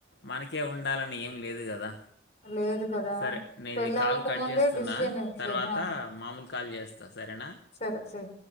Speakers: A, on the left; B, on the left.
A: మనకి కే ఉండాలని ఏం లేదు కదా
B: లేదు కదా
A: సరే నేను
B: పెళ్ళి
A: ఇది కాలు
B: అవ్వక
A: కట్
B: ముందే
A: చేస్తున్నా
B: డిసిజన్
A: తర్వాత
B: చేయి ఆ,
A: మామూలు కాల్ చేస్తా సరేనా
B: సరే సరే